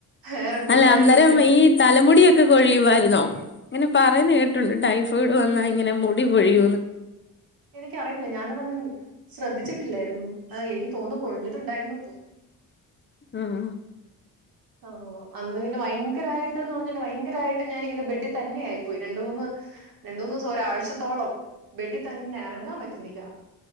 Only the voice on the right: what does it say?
വേറെ കൂട്ടുകാരും
ഏ,
എനിക്കറിയത്തില്ല ഞാനതങ്ങനെ ശ്രദ്ധിച്ചിട്ടില്ലായിരുന്നു അ എനിക്ക് തോന്നുന്നു പൊഴിഞ്ഞിട്ടുണ്ടായിരു തോന്
ആ ഓഹ് അന്ന് പിന്നെ ഭയങ്കരായിട്ട്ന്ന് പറഞ്ഞാ ഭയങ്കരമായിട്ട് ഞാനിങ്ങനെ ബെഡി തന്നെ ആയി പോയി രണ്ട് മൂന്ന് രണ്ട് മൂന്ന് ദിവസം ഒരാഴ്ചത്തോളം. ബെഡ് തന്നെ അങ്ങാൻ പറ്റ്ന്നില്ല